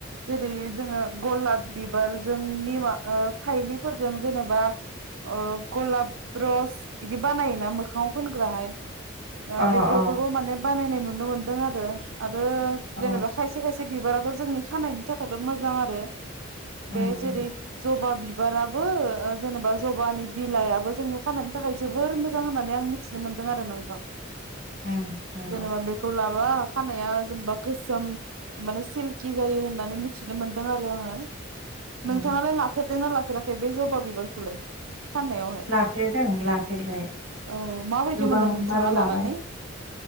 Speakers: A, on the right; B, on the right.
A: जेरै जोङो गलाब बिबारजों निमा ओ फाइलिफोरजों जेनेबा ओ गलाब रस इदि बानायोना मोखाङाव फोनग्राहाय ओ
B: अ
A: बेफोरखौबो
B: अ
A: माने बानायनाय नुनो मोनदों आरो आरो
B: औ
A: जेनेबा खायसे खायस से बिबाराथ' जोंनि खानायनि थाखायबो मोजां आरो
B: उम
A: बे
B: उम
A: जेरै जबा बिबाराबो ओ ओ ज जेनेबा जबानि बिलाइआबो जोंनि खानाइनि थाखाय जोबोर मोजां होननानै आं मिथिनो मोनदों आरो नोंथां।
B: उम नंगौ
A: जेनेबा बेखौ लाब बा खानाया जेनेबा गोसोम माने सिल्कि जायो होननानै मिथिनो मोनदों आरो आङो। नोंथाङालाय
B: उम
A: लाफेरदों ना लाफेराखै बे जबा बिबारखौलाय खानायावहाय
B: लाफेरदों लाफेरबाय
A: औ माबायदि
B: गोबां
A: मोनदों नोंथाङा
B: बार लाबाय
A: लानानै